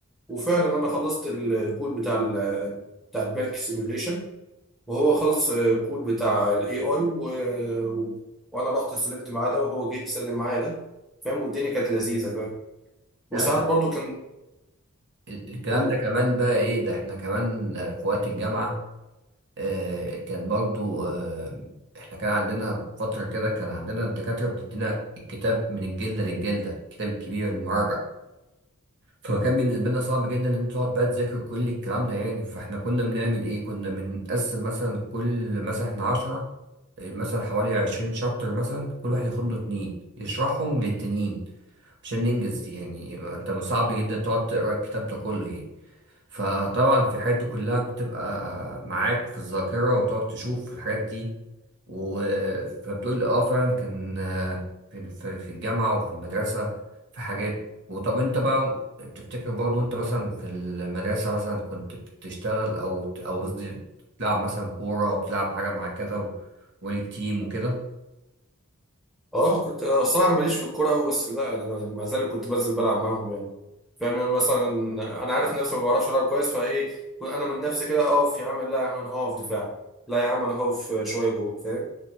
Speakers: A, in the centre; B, on the right.
A: وفعلا انا خلصت الكود بتاع ال... بتاع البنك سيميوليشن وهو خلص الكود بتاع الاي اي و... و... وانا رحت سلمت معاه ده وهو جه يسلم معايا ده فاهم والدنيا كانت لذيذه فاهم وساعات
B: لا ت-
A: برضو كان
B: ال- الكلام
A: قول
B: ده كمان بقى ايه ده احنا كمان آه، في وقت الجامعة آه، كان برضو آه، احنا كان عندنا فترة كده كان عندنا الدكاترة بتدينا الكتاب من الجلدة للجلدة الكتاب الكبير المراجع فكان بالنسبة لنا صعب جدا ان انت تقعد بقى تذاكر كل الكلام ده يعني فاحنا كنا بنعمل ايه كنا بنقسم مثلا كل مثلا احنا عشرة آه، مثلا حوالي عشرين شابتر مثلا كل واحد ياخد له اتنين يشرحهم للتانيين عشان ننجز يعني انت صعب جدا تقعد تقرا الكتاب ده كله يعني فطبعا في الحاجات دي كلها بتبقى معاك في الذاكرة وبتقعد تشوف الحاجات دي و... فبتقول اه فعلا كان آه، في في في الجامعة وفي المدرسة في حاجات وطب انت بقى تفتكر برضه انت مثلا في المدرسة مثلا كنت بتشتغل او او قصدي بتلعب مثلا كورة او بتلعب حاجة مع كده و... وليك تيم وكده
A: اه كنت آه، صراحه انا ماليش في الكوره أوي، بس لا انا ما زال كنت بنزل بلعب معاهم يعني فاهم يعني مثلا انا عارف نفسي ما بعرفش العب كويس فايه انا من نفسي كده اقف يا عم لا يا عم انا هقف دفاع لا يا عم انا هقف شويه جول فاهم